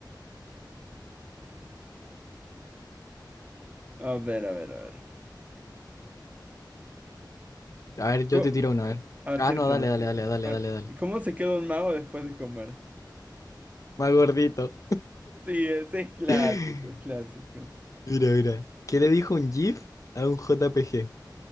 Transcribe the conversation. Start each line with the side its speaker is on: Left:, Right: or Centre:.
Right: A ver, a ver, a ver.
Left: A ver, yo
Right: Co-
Left: te tiro una, a ver.
Right: a ver,
Left: Ah,
Right: tírate
Left: no, dale,
Right: una.
Left: dale, dale, dale,
Right: A
Left: dale,
Right: ver,
Left: dale.
Right: ¿Cómo se queda un mago después de comer?
Left: Más gordito.
Right: Sí, ese es clásico,
Left: <laughs>
Right: clásico.
Left: Mira, mira. ¿Qué le dijo un GIF a un JPG?